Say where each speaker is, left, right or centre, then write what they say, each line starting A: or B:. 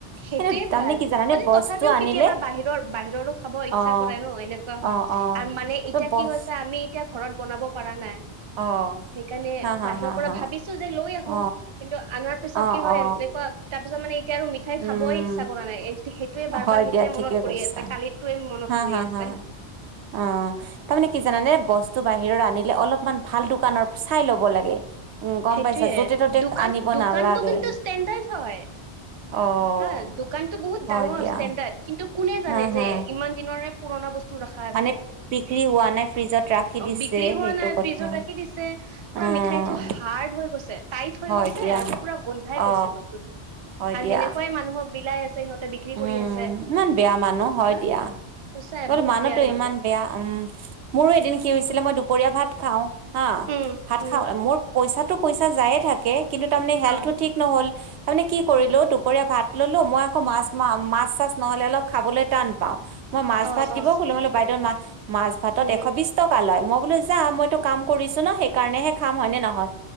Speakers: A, on the right; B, on the right.
A: সেইটোয়ে
B: কিন্তু তাৰমানে
A: ভাল,
B: কি জানানে
A: মানে
B: বস্তু
A: তথাপিও
B: আনিলে
A: কেতিয়াবা বাহিৰৰ বাহিৰৰো খাব ইচ্ছা
B: অ'
A: কৰে ন', এনেকুৱা হয়।
B: অ অ
A: আৰু মানে এতিয়া
B: বছ
A: কি হৈছে, আমি এতিয়া ঘৰত বনাব পৰা নাই।
B: অ'।
A: সেইকাৰণে
B: হা হা
A: বাহিৰৰ
B: হা
A: পৰা
B: হা
A: ভাবিছো যে লৈ আহো,
B: অ
A: কিন্তু আনাৰ পিছত
B: অ
A: কি হয়
B: অ
A: এনেকুৱা তাৰ পিছত মানে ঠাই
B: উম
A: খাবই ইচ্ছা কৰা নাই সেইটোৱে বাৰ
B: হয়
A: বাৰ সেইটোৱে
B: দিয়া ঠিকে
A: মনত পৰি
B: কৈছা
A: আছে কালিটোৱে মনত
B: হা
A: পৰি
B: হা
A: আছে।
B: হা অ' তাৰমানে কি জানানে বস্তু বাহিৰৰ আনিলে, অলপমান ভাল দোকানৰ চাই ল'ব লাগে। উম, গম
A: সেইটোয়ে
B: পাইছা, য'তে ত'তে
A: দোকান
B: আনিব
A: দোকানটো
B: নালাগে।
A: কিন্তু ষ্টেণ্ডাৰ্ড হয়
B: অ'।
A: হা দোকানটো বহুত
B: হয়
A: ডাঙৰ
B: দিয়া
A: ষ্টেণ্ডাৰ্ড, কিন্তু কোনে জানে
B: হা হা
A: যে ইমান দিনৰৰে পুৰণা বস্তু টো ৰাখা আছে,
B: মানে বিক্ৰী হোৱা নাই ফ্ৰিজত ৰাখি দিছে
A: বিক্ৰী হোৱা
B: সেইটো
A: নাই,
B: কথা
A: ফিজত ৰাখি দিছে, পোৰা
B: উম
A: মিঠাই টো হাৰ্ড হৈ গৈছে। টাইট হৈ
B: হয়
A: গৈছে
B: দিয়া
A: আৰু পুৰা গন্ধাই
B: অ
A: গৈছে বস্তুটো
B: হয়
A: আৰু
B: দিয়া
A: সেনেকুৱ টোমুক বিলাই আছে।
B: উম,
A: আছে
B: ইমান বেয়া মানুহ, হয়
A: হা
B: দিয়া।
A: সঁচাই
B: বলো
A: বহুত
B: মানুহতো
A: বেয়া সিহঁতে
B: ইমান বেয়া উম' মোৰো এদিন কি হৈছিলে মই দু দুপৰীয়া ভাত খাওঁ হা,
A: উম
B: ভাত
A: উম
B: খাওঁ, মোৰ পইচাটো পইচা যায়ে থাকে কিন্তু তাৰমানে হেল্থো
A: অ
B: ঠিক নহ'ল তাৰমানে কি কৰিলো
A: উম
B: দুপৰীয়া ভাত ললো মই ৌ মাছ মা, মাছ চাছ নহ'লে অলপ খাবলৈ টান পাওঁ মই মাছ
A: অ
B: ভাত দিব
A: অ
B: ক'লো মলে বাইদেউত মাছ মাছ ভাতত
A: উম
B: এশ বিশ টকা লয় মই বোলো যা, মইতো কাম কৰিছো ন', সেইকাৰণেহে খাম হয় নে নহয়?